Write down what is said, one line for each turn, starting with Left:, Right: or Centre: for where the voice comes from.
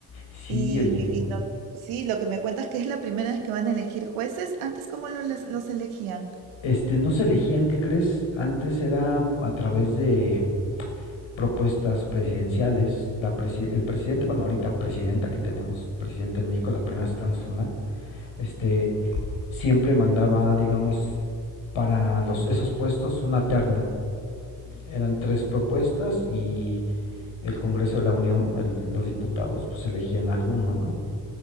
Left: Sí,
Right: Y,
Left: oye.
Right: y lo- sí, lo que me cuentas que es la primera vez que van a elegir jueces. Antes, ¿cómo lo- los, los elegían?
Left: Este, no se elegían, ¿qué crees? Antes era a través de propuestas presidenciales. La presi el presidente, bueno, ahorita presidenta que tenemos, presidenta en México, la primera vez una, este, siempre mandaba, digamos, para los, esos puestos una terna. Eran tres propuestas y el Congreso de la Unión, el, los diputados, pues elegían alguno, ¿no?